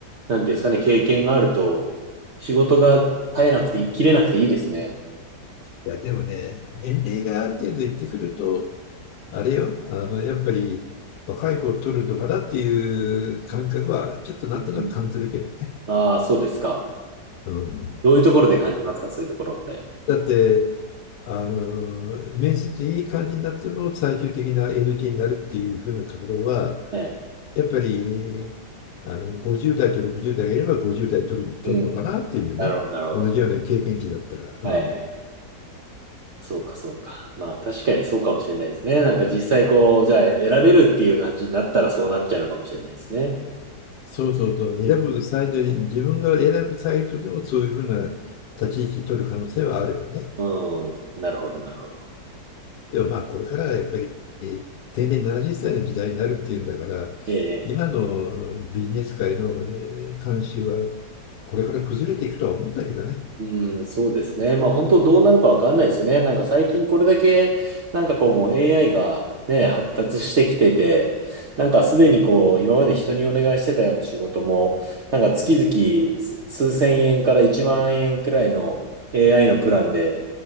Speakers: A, on the right (about 50°); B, on the left (about 75°).
A: なんていうんですかね、経験があると、仕事が絶えなくて、切れなくていいですね。
B: いや、でもね、年齢がある程度いってくると、あれよ、あの、やっぱり若い方を取るのかなっていう感覚は、ちょっとなんとなく感じるけどね。
A: うん。ああ、そうですか。
B: うん。
A: どういうところで感じますか、そういうところって。
B: だって、あの、面接いい感じになっても最終的な NG になるっていう風なところは、
A: ええ。
B: やっぱり、あの、50代と60代がいれば50代取る、取るのかなっていうね。
A: うん。なるほど、なるほど。
B: 同じような経験値だったら。
A: はいはいはい。
B: うん
A: そうか、そうか。まあ、確かにそうかもしれないですね。なんか実際こう、じゃあ選べるっていう感じになったらそうなっちゃうのかもしれないですね。
B: そうそうそう、選ぶサイトに、自分が選ぶサイトでもそういうふうな立ち位置取る可能性はあるよね。
A: うん。なるほど、なるほど。
B: でもまあ、これからはやっぱり定年70歳の時代になるっていうんだから、
A: ええ。
B: 今のビジネス界のえー慣習はこれから崩れていくとは思うんだけどね。
A: うん、そうですね。まあ本当どうなるかわかんないですよね。なんか最近これだけ、なんかこうもう AI がね、発達してきてて、なんかすでにこう今まで人にお願いしてたような仕事も、なんか月々す数千円から1万円くらいの AI のプランで、